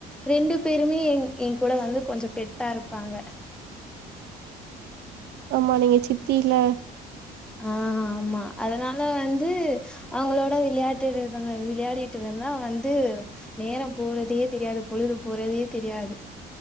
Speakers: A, in the centre; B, on the right.
A: ரெண்டு பேருமே என் என் கூட வந்து கொஞ்சோ பெட்டா இருப்பாங்க
B: ஆமா நீங்க சித்தி இல்ல
A: ஆ ஆமா அதனால வந்து அவங்களோட விளையாட்டுட்டு இருந்த விளையாடிட்டு இருந்தா வந்து நேரோ போறதையே தெரியாது பொழுது போறதையே தெரியாது